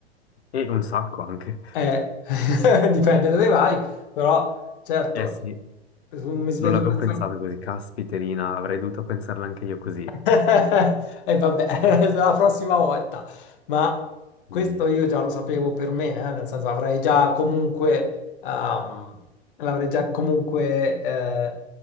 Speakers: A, on the left (about 75°); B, on the left (about 55°).
A: E un sacco anche.
B: Eh, <laughs> dipende dove vai, però certo,
A: Eh sì,
B: mi sveglio
A: non l'avevo
B: presto.
A: pensato così. Caspiterina, avrei dovuto pensarla anche io così.
B: <laughs> E vabbè, <laughs> la prossima volta. Ma questo
A: Mm,
B: io già lo sapevo per me, eh, Nel senso avrei già comunque, ehm, l'avrei già comunque eh,